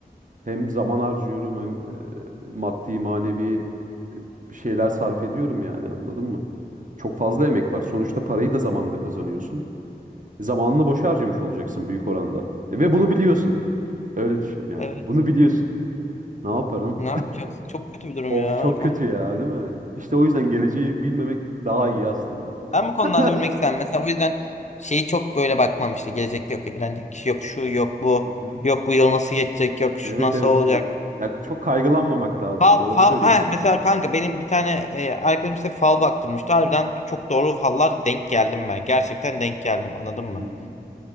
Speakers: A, on the right; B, on the left.
A: hem zaman harcıyorum hem e, maddi manevi bir şeyler sarf ediyorum yani anladın mı? Çok fazla emek var. Sonuçta parayı da zamanla kazanıyorsun. E, Zamanını boşa harcamış olacaksın büyük oranda. E, Ve bunu biliyorsun. Öyle düşün yani.
B: Evet.
A: Bunu biliyorsun. Ne yaparım?
B: Ne yapacaksın? Çok kötü bir durum
A: Of
B: ya
A: çok kötü
B: kanka.
A: ya değil mi? İşte o yüzden geleceği bilmemek daha iyi aslında.
B: Ben bu konularda
A: <laughs>
B: bilmek istemem. Mesela bu yüzden şeyi çok böyle bakmam işte. Gelecekte yok evlenecek kişi yok şu yok bu.
A: Hı
B: Yok bu yıl nasıl geçecek yok şu
A: Evet
B: nasıl
A: evet.
B: olacak.
A: Ya çok kaygılanmamak lazım.
B: Fal,
A: Doğru
B: fal,
A: söylüyorsun.
B: ha mesela kanka benim bir tane e, arkadaşım işte fal baktırmıştı. Harbiden çok doğru fallar denk geldim ben. Gerçekten denk geldim anladın mı?
A: Hı hı.